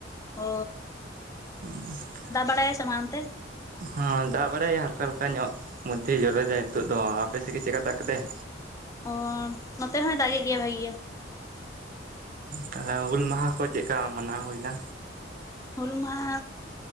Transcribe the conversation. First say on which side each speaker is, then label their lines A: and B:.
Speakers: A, on the left; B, on the right.
A: ᱳᱻ
B: ᱩᱸᱦ
A: ᱫᱟᱜ ᱵᱟᱲᱟᱭᱟᱭ ᱥᱮ ᱵᱟᱝ ᱚᱱᱛᱮ?
B: ᱦᱮᱸ ᱫᱟᱜ ᱵᱟᱲᱟᱭᱟ ᱦᱟᱞᱠᱟ-ᱦᱟᱞᱠᱟ ᱧᱚᱜ ᱢᱚᱫᱽᱫᱷᱮᱭ ᱡᱚᱨᱚᱭᱫᱟᱭ ᱱᱤᱛᱚᱜ ᱫᱚ, ᱟᱯᱮᱥᱮᱫ ᱜᱮ ᱪᱮᱫ ᱠᱟ ᱫᱟᱜ ᱠᱮᱫᱟᱭ?
A: ᱚᱸ ᱱᱚᱛᱮ ᱦᱚᱸᱭ ᱫᱟᱜᱮᱫ ᱜᱮᱭᱟ ᱵᱷᱟᱜᱤ ᱜᱮ᱾
B: ᱛᱟᱦᱚᱞᱮ ᱦᱩᱞ ᱢᱟᱦᱟ ᱠᱚ ᱪᱮᱫᱠᱟ ᱢᱟᱱᱟᱣ ᱦᱩᱭᱮᱱᱟ?
A: ᱦᱩᱞ ᱢᱟᱦᱟ